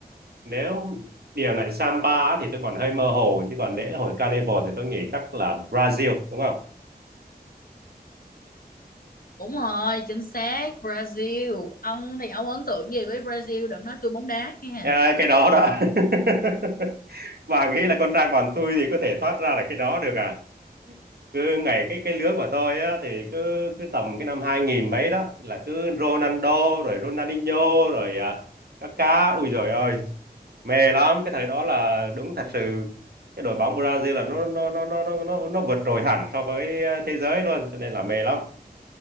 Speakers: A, on the right (about 70°); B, on the left (about 60°).
A: nếu điều này samba á thì tôi còn hơi mơ hồ chứ còn lễ hội carnival thì tôi nghĩ chắc là Brazil đúng không
B: đúng rồi chính xác Brazil ông thì ông ấn tượng gì với Brazil đừng nói tôi bóng đá nha
A: à, cái đó đó <laughs> bà nghĩ là con trai bọn tôi thì có thể thoát ra là cái đó được à cứ ngày cái cái lứa của tôi á thì cứ cứ tầm cái năm 2000 mấy đó là cứ Ronaldo rồi Ronaldinho rồi à, Kaká ui rồi ơi mê lắm cái thời đó là đúng thật sự cái đội bóng Brazil là nó nó nó nó nó nó, nó vượt trội hẳn so với ờ, thế giới luôn cho nên là mê lắm